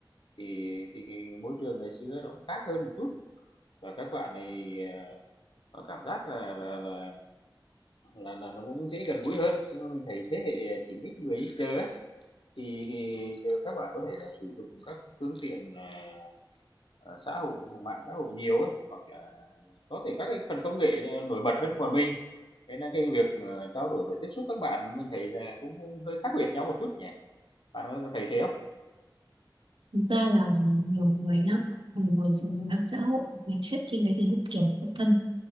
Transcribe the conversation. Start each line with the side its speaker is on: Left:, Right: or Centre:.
Left: thì thì cái môi trường ngày xưa nó cũng khác hơn một chút và các bạn này ờ, cảm giác là là là là là nó cũng dễ gần gũi hơn nhưng mà mình thấy thế hệ 9x 10x giờ ấy, thì, thì đều các bạn có thể là sử dụng các phương tiện à, à, xã hội mạng xã hội nhiều ấy, hoặc là có thể các cái phần công nghệ ờ, nổi bật hơn bọn mình thế là cái việc ờ, trao đổi và tiếp xúc các bạn mình thấy là cũng, cũng hơi khác biệt nhau một chút nhỉ bạn có thấy thế không
Right: Thực ra là nhiều người nhá, nhiều người dùng mạng xã hội nói chuyện trên đấy thì rất kiểu quen thân.